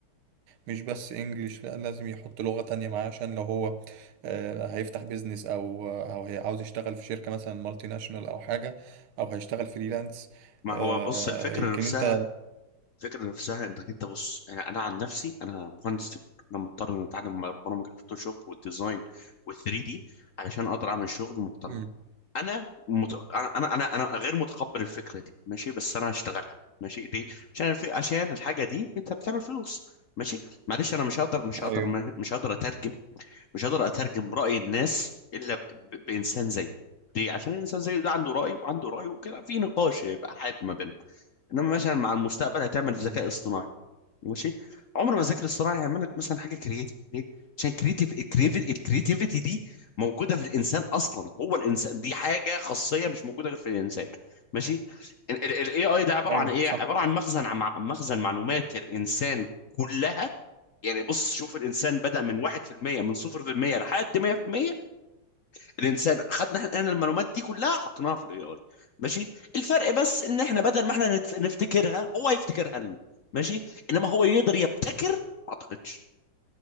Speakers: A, on the right; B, on the left.
A: مش بس انجليش لا لازم يحط لغة تانية معاه عشان لو هو آه هيفتح بيزنس او او هي عاوز يشتغل في شركة مثلا مالتي ناشونال او حاجة او هيشتغل فريلانس
B: ما
A: آه
B: هو بص الفكره
A: يمكن
B: نفسها
A: انت
B: الفكره نفسها انك انت بص انا انا عن نفسي انا مهندس ديكور انا مضطر ان اتعلم برامج الفوتوشوب والديزاين وال3 دي علشان اقدر اعمل شغل محترم
A: مم.
B: انا مت... انا انا انا أنا غير متقبل الفكره دي ماشي بس انا هشتغلها ماشي ليه عشان الف... عشان الحاجه دي بت... بتعمل فلوس ماشي معلش انا مش هقدر مش هقدر
A: ايوه
B: مش هقدر اترجم مش هقدر اترجم راي الناس الا ب... ب... بانسان زيي ليه عشان الانسان زيي ده عنده راي وعنده راي وكده في نقاش يبقى حاد ما بينكم انما مثلا مع المستقبل هتعمل
A: مم.
B: ذكاء اصطناعي ماشي عمر ما ذاكر الصراحه هيعمل لك مثلا حاجه كرييتيف ليه عشان كريتيف الكريتيفيتي دي موجوده في الانسان اصلا هو الانسان دي حاجه خاصيه مش موجوده غير في الانسان ماشي الاي اي ده عباره
A: ايوه
B: عن ايه
A: صح
B: عباره عن مخزن عم- مخزن معلومات للانسان كلها يعني بص شوف الانسان بدأ من 1% من 0% لحد 100% الانسان خدنا احنا المعلومات دي كلها حطيناها في الاي اي ماشي الفرق بس ان احنا بدل ما احنا نت- نفتكرها هو يفتكرها لنا ماشي انما هو يقدر يبتكر ما اعتقدش